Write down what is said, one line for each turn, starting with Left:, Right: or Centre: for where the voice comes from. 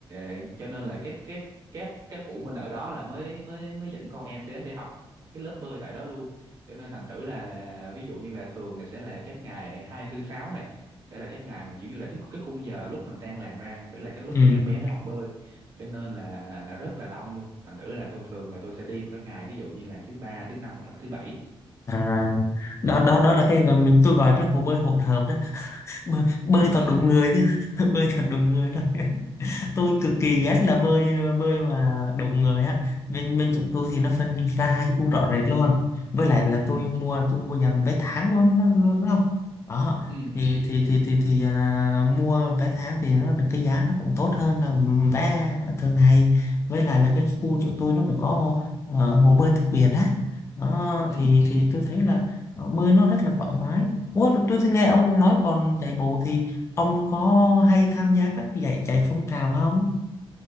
Right: ờ, cho nên là các các các các phụ huynh ở đó là mới mới mới dẫn con em đến để học cái lớp bơi tại đó luôn cho nên thành thử là, là ví dụ như là thường là sẽ là các ngày hai tư sáu này sẽ là các ngày mà kiểu như là cái cái khung giờ lúc mình tan làm ra sẽ là cái lúc
Left: ừ,
Right: mà các bé nó học bơi cho nên là rất là đông luôn thành thử là tôi thường là tôi sẽ đi vào các ngày ví dụ như là thứ ba thứ năm hoặc là thứ bảy
Left: à, đó đó đó là cái gọi- mình tôi gọi cái hồ bơi hỗn hợp đó, bơi, bơi
Right: <laughs>
Left: toàn đúng người chứ, <laughs> bơi toàn đúng người thôi. tôi cực kỳ ghét là bơi bơi mà đụng người á bên bên chỗ tôi thì nó phân ra hai khu rõ rệt luôn với lại là
Right: ừ ừ
Left: tôi mua tôi mua dàn vé tháng luôn đó- luôn đó đó
Right: ừ ừ
Left: thì thì thì thì, thì à, mua vé tháng thì nó được cái giá nó cũng tốt hơn là vé thường ngày với lại là cái khu chỗ tôi nó cũng có hồ, ờ, hồ bơi đặc biệt á đó
Right: ừ
Left: thì thì tôi thấy là ờ, bơi nó rất là thoải mái Ủa, tôi thấy nghe ông nói còn chạy bộ thì Ông có hay tham gia các giải chạy phong trào không?